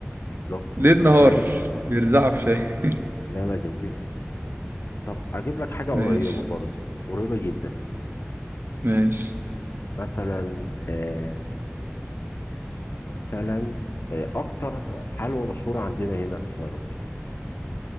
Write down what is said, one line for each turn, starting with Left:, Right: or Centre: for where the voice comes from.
Left: بالظبط
Right: ليل
Left: اه
Right: نهار
Left: فعلا
Right: بيرزعوا في شاي
Left: لا لا جميلة طب اجيب لك حاجة قريبة
Right: <laughs> ماشي
Left: برضه قريبة جدا
Right: ماشي
Left: مثلا آه، مثلا آه، اكتر حلوى مشهوره عندنا هنا في رمضان